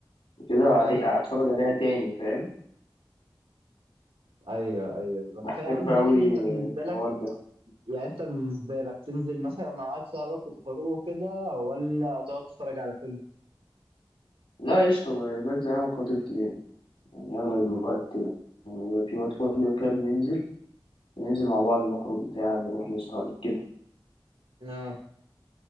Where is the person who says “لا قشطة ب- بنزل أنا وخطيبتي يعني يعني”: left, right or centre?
Left